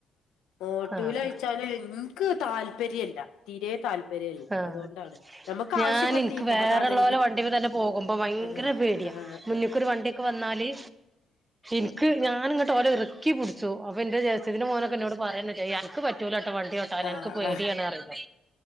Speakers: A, on the left; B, on the right.
A: ഓട്ടൂലഴിച്ചാല്
B: ആഹ്
A: ൻക്ക് താല്പര്യല്ല തീരെ താല്പര്യല്ല
B: ആഹ്
A: അതുകൊണ്ടാണ് നമുക്കാവശ്യം
B: ഞാൻ
A: വന്നീല
B: എനിക്ക് വേറെള്ളോലെ
A: അതാണ്
B: വണ്ടിമ്മെ തന്നെ പോകുമ്പോ ഭയ്ങ്കര
A: ആഹ്
B: പേടിയ
A: ആഹ്
B: മുന്നിക്കൊരു വണ്ടിയൊക്കെ വന്നാല് ൻക്ക് ഞാനിങ്ങട്ട് ഓലെറിക്കി പുടിച്ചു അപ്പൊ ന്റെ ജേഷ്ടത്തിന്റെ മോനൊക്കെ എന്നോട് പറയന്നെ ചെയ്യാൻ ന്ക്ക് പറ്റൂല്ലാട്ടോ വണ്ടിയോട്ടാന്
A: ആഹ് ആഹ്
B: ന്ക്ക് പേട്യാണ് പറയ്ന്നെ